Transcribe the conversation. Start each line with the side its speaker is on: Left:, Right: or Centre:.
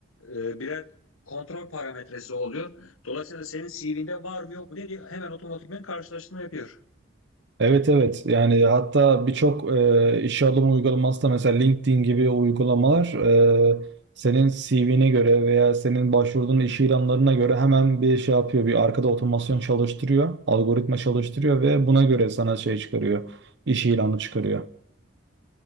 Left: e, birer kontrol parametresi oluyor. Dolayısıyla senin CV'nde var mı yok mu diye hemen otomatikman karşılaştırma yapıyor.
Right: Evet evet yani hatta birçok e, işe alım uygulaması da mesela LinkedIn gibi uygulamalar e, senin CV'ne göre veya senin başvurduğun iş ilanlarına göre hemen bir şey yapıyor. Bir arkada otomasyon çalıştırıyor, algoritma çalıştırıyor ve buna göre sana şey çıkarıyor, iş ilanı çıkarıyor.